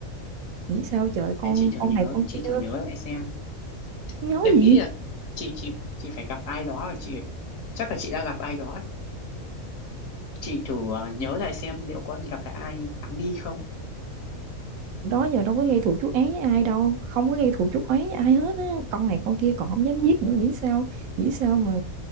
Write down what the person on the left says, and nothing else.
anh chị thử
nhớ
chị thử nhớ lại xem
em
nghĩ là chị chị chị phải gặp ai đó và chị chắc là chị đã gặp ai đó chị thử ờ, nhớ lại xem liệu có gặp phải ai đáng nghi không